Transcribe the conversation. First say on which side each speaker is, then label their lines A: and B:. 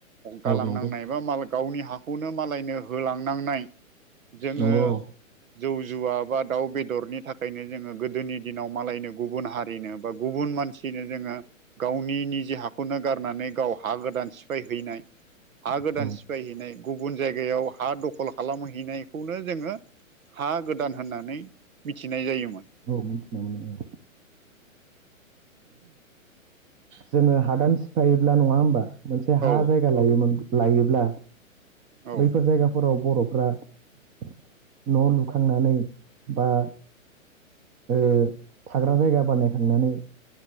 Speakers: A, on the right; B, on the right.
A: गालांनांनाय
B: औ नंगौ
A: बा माल गावनि हाखौनो मालायनो होलांनांनाय। जोङो
B: नंगौ औ
A: जौ जुवा बा दाउ बेदरनि थाखायनो जोङो गोदोनि दिनाव मालायनो गुबुन हारिनो बा गुबुन मानसिनो जोङो गावनि निजे हाखौनो गारनानै गाव हा गोदान सिफाय हैैनाय। हा गोदान
B: औ
A: सिफायहैनाय। गुबुन जायगायाव हा दखल खालामहैनायखौनो जोङो हा गोदान होननानै मिथिनाय जायोमोन।
B: औ मिथिनो मोनदों औ। जोङो हादान सिफायोब्ला नङा होमबा? मोनसे हा
A: औ
B: जायगा लोमोन लायोब्ला
A: औ
B: बैफोर जायगाफोराव बर' फोरा न' लुखांनानै बा ओ थाग्रा जायगा बानायखांनानै